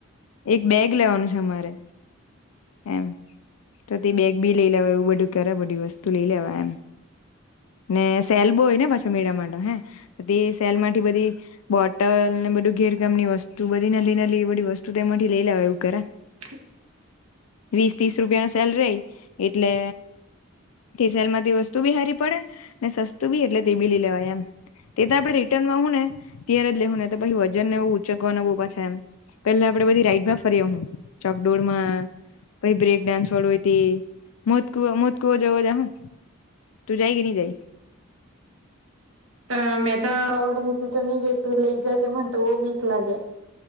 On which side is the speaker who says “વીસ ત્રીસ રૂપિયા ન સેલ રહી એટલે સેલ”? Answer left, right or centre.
Left